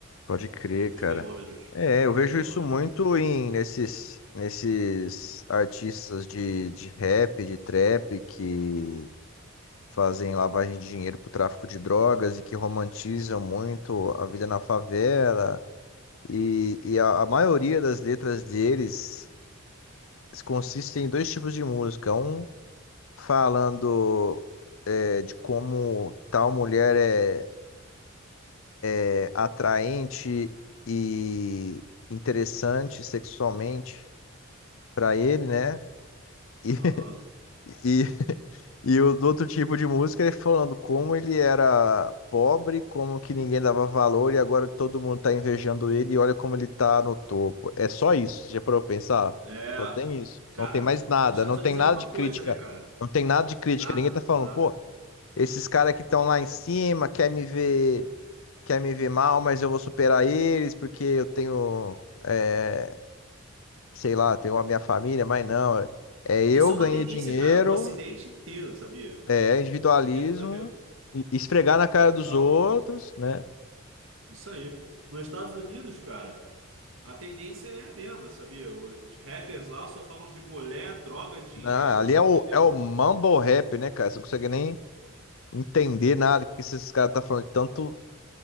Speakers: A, on the left (about 70°); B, on the right (about 65°).
A: Pode crer,
B: dos
A: cara.
B: fenômenos,
A: É,
B: um
A: eu
B: dos
A: vejo
B: fenômenos.
A: isso muito em nesses, nesses artistas de, de rap, de trap que fazem lavagem de dinheiro para o tráfico de drogas e que romantizam muito a vida na favela. E, e a, a maioria das letras deles consistem em dois tipos de música. Um falando é, de como tal mulher é, é atraente e interessante sexualmente para ele, né? E,
B: Aham.
A: <laughs> E o do outro tipo de música, ele falando como ele era pobre, como que ninguém dava valor e agora todo mundo tá invejando ele e olha como ele tá no topo. É só isso, já parou pra pensar?
B: É,
A: Só tem isso.
B: cara,
A: Não tem mais nada,
B: e nos Estados
A: não tem
B: Unidos
A: nada
B: é a mesma
A: de crítica.
B: coisa, né, cara?
A: Não tem nada de crítica.
B: Nada,
A: Ninguém tá falando,
B: nada.
A: pô, esses caras que estão lá em cima quer me ver, quer me ver mal, mas eu vou superar eles porque eu tenho, é, sei lá, tenho a minha família, mas não. É eu
B: Isso é
A: ganhei
B: uma tendência,
A: dinheiro.
B: cara, no Ocidente inteiro, sabia?
A: É, individualismo,
B: Porque tu vai ver,
A: e- esfregar na cara
B: total,
A: dos outros, né?
B: isso aí. Nos Estados Unidos, cara, a tendência é a mesma, sabia? Os rappers lá só falam de mulher, droga, dinheiro,
A: Ah, ali é o,
B: entendeu?
A: é o mumble rap, né, cara? Você não consegue nem entender nada que esses caras estão falando, de tanto